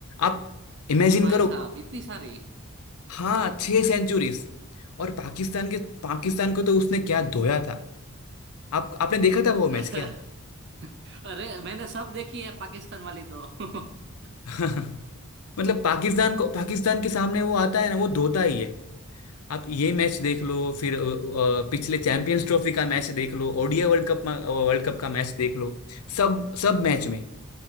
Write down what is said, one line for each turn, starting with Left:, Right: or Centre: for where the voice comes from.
Left: आप इमेजिन
Right: ओ भाई
Left: करो
Right: साहब इतनी सारी
Left: हाँ छह सेंचुरीज और पाकिस्तान के पाकिस्तान को तो उसने क्या धोया था आप आपने देखा था वो मैच
Right: <laughs>
Left: क्या
Right: अरे मैंने सब देखी है पाकिस्तान वाली तो <laughs>
Left: <laughs> मतलब पाकिस्तान को पाकिस्तान के सामने वो आता है ना वो धोता ही है आप ये मैच देख लो फिर अ, अ, पिछले चैंपियंस ट्रॉफी का मैच देख लो ODI world cup world cup का मैच देख लो सब सब मैच में